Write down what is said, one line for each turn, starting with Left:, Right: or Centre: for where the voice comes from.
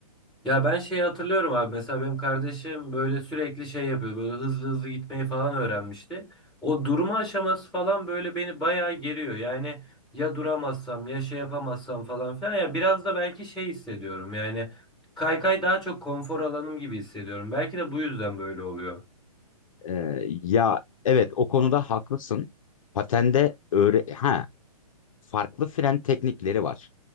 Centre: Ya ben şeyi hatırlıyorum abi. Mesela benim kardeşim böyle sürekli şey yapıyor. Böyle hızlı hızlı gitmeyi falan öğrenmişti. O durma aşaması falan böyle beni bayağı geriyor. Yani ya duramazsam ya şey yapamazsam falan filan. Ya biraz da belki şey hissediyorum. Yani kaykay daha çok konfor alanım gibi hissediyorum. Belki de bu yüzden böyle oluyor.
Left: E, ya evet o konuda haklısın. Patende öğre ha farklı fren teknikleri var.